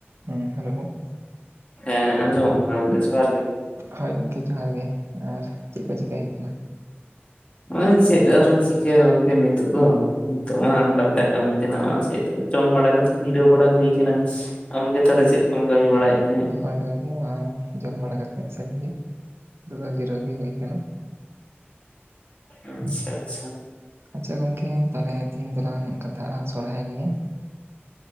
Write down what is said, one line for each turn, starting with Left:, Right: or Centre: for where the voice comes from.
Right: ᱦᱩᱸ ᱦᱮᱞᱳᱣ ᱾
Left: ᱦᱮᱸ ᱟᱸᱡᱚᱢᱚᱜ ᱠᱟᱱᱟ ᱚᱝᱠᱮ ᱡᱚᱦᱟᱨ ᱜᱮ ᱾
Right: ᱦᱳᱭ ᱜᱚᱝᱠᱮ ᱡᱚᱦᱟᱨ ᱜᱮ ᱟᱨ ᱪᱮᱜ ᱠᱚ ᱪᱤᱠᱟᱭ ᱦᱩᱭᱩᱜ ᱠᱟᱱᱟ?
Left: ᱚᱭ ᱥᱮᱜ ᱟᱨᱮᱢ ᱪᱤᱠᱟᱹᱭᱟ ᱜᱚᱝᱠᱮ ᱱᱤᱛᱚᱜ ᱫᱚ ᱾ ᱱᱤᱛᱚᱜ ᱢᱟ ᱚᱱᱠᱟ ᱞᱮᱠᱟ ᱠᱟᱹᱢᱤ ᱛᱮᱱᱟᱜ ᱢᱟ ᱥᱮᱜ ᱡᱚᱢ ᱵᱟᱲᱟ ᱠᱟᱛᱮ ᱡᱤᱨᱟᱹᱣ ᱵᱟᱲᱟ ᱦᱩᱭ ᱠᱟᱱᱟ ᱾ ᱟᱢᱜᱮ ᱛᱟᱞᱮ ᱪᱮᱜ ᱠᱚᱢ ᱠᱟᱹᱢᱤ ᱵᱟᱹᱲᱟᱭᱮᱫ ᱛᱟᱦᱮᱸᱫ?
Right: ᱦᱳᱭ ᱜᱚᱝᱠᱮ ᱚᱭ ᱡᱚᱢ ᱵᱟᱲᱟ ᱠᱟᱛᱮ <unintelligible> ᱱᱤᱛᱚᱜ ᱫᱚ ᱡᱤᱨᱟᱹᱜ ᱜᱮ ᱦᱩᱭ ᱠᱟᱱᱟ ᱾ <inaudible>
Left: ᱟᱪᱪᱷᱟ ᱟᱪᱪᱷᱟ,
Right: ᱟᱪᱪᱷᱟ ᱜᱚᱝᱠᱮ ᱛᱟᱦᱞᱮ ᱛᱤᱦᱤᱧ ᱫᱚᱞᱟᱝ ᱠᱟᱛᱷᱟᱜᱼᱟ ᱥᱚᱨᱦᱟᱭ ᱱᱤᱭᱮ ᱾